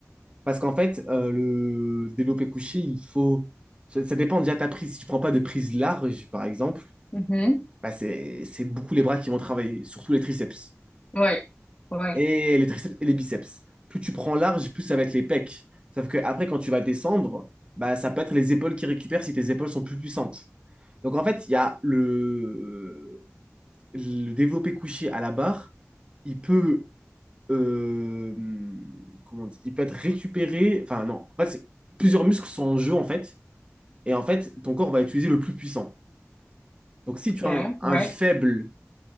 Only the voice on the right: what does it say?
Parce qu'en fait, euh, le développé couché, il faut... Ça, ça dépend déjà de ta prise. Si tu prends pas de prise large, par exemple,
bah, c'est, c'est beaucoup les bras qui vont travailler, surtout les triceps.
Et les triceps et les biceps. Plus tu prends large, plus ça va être les pecs. Sauf que après, quand tu vas descendre, bah, ça peut être les épaules qui récupèrent si tes épaules sont plus puissantes. Donc en fait, il y a le, le développé couché à la barre, il peut, euh, comment on dit, il peut être récupéré. Enfin non, en fait, c'est- plusieurs muscles sont en jeu en fait, et en fait, ton corps va utiliser le plus puissant. Donc si
tu as un, un
faible